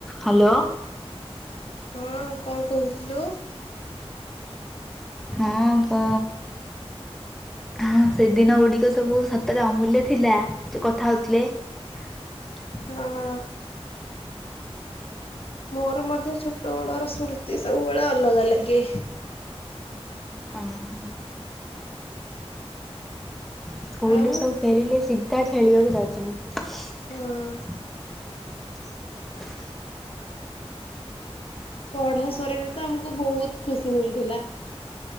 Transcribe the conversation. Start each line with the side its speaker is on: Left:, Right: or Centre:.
Centre: Hello.
Left: ହଁ କଣ କହୁଥିଲୁ।
Centre: ହଁ କହ। ହଁ ସେ ଦିନ ଗୁଡିକ ସବୁ ସତରେ ଅମୂଲ୍ୟ ଥିଲା ଯୋଉ କଥା ହୋଉଥିଲେ। <inaudible>
Left: ହଁ ମୋର ମଧ୍ୟ ଛୋଟ ବେଳର ସ୍ମୃତି ସବୁବେଳେ ଅଲଗା ଲାଗେ।
Centre: ଅ ହଁ ସ୍କୁଲ
Left: ଆଉ
Centre: ରୁ ସବୁ ଫେରିଲେ ସିଧା ଖେଳିବାକୁ ଯାଉଥୁଲୁ।
Left: ହଁ
Centre: <inaudible>
Left: ପଢ଼ା ସରିଲେ ତ ଆମକୁ ବହୁତ୍ ଖୁସି ମିଳୁଥିଲା।